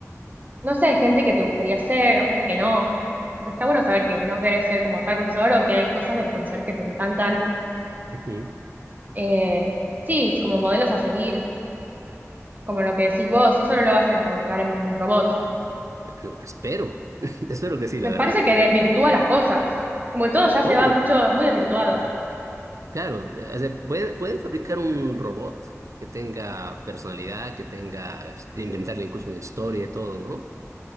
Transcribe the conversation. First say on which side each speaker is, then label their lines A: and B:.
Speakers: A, on the right; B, on the right.
A: no sé, gente que te gustaría ser o gente que no. Porque está bueno saber que no querés ser como tal profesor o que hay cosas de los profesores que te encantan.
B: Ujú.
A: Eh, sí, como modelos a seguir, como lo que decís vos, eso no lo vas a encontrar en un robot.
B: No, espero, <laughs> espero que sí,
A: Me
B: la verdad.
A: parece que desvirtúa las cosas. Como que todo ya
B: Obvio,
A: se va mucho, muy desvirtuado.
B: claro, eh, o sea, pueden, pueden fabricar un robot que tenga personalidad, que tenga, este, inventarle incluso una historia y todo, ¿no?